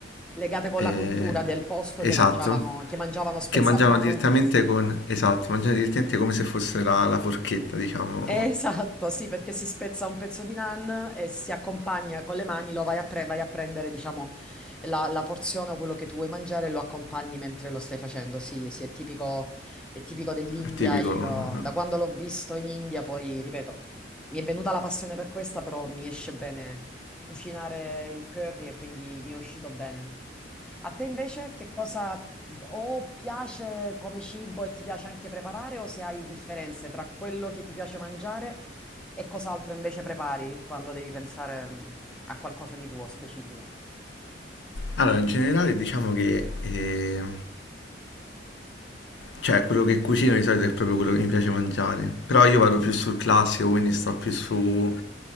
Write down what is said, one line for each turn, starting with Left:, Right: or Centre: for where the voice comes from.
Centre: legate con
Left: eh,
Centre: la cultura del posto
Left: esatto,
Centre: che mangiavano, che mangiavano, spezzavano.
Left: che mangiano direttamente con, esatto, mangiano direttamente come se fosse la, la forchetta, diciamo,
Centre: Esatto, sì, perché si spezza un pezzo di naan e si accompagna con le mani, lo vai a, pre- vai a prendere, diciamo, la, la porzione o quello che tu vuoi mangiare e lo accompagni mentre lo stai facendo. Sì, sì, è tipico, è tipico dell'India.
Left: è tipico.
Centre: Io, da quando l'ho visto in India, poi, ripeto, mi è venuta la passione per questa, però mi esce bene cucinare il curry e quindi mi è uscito bene. A te invece che cosa o piace come cibo e ti piace anche preparare o se hai differenze tra quello che ti piace mangiare e cos'altro invece prepari quando devi pensare mm, a qualcosa di tuo specifico?
Left: Allora, in generale diciamo che eh, Cioè, quello che cucino di solito è proprio quello che mi piace mangiare. Però io vado più sul classico, quindi sto più su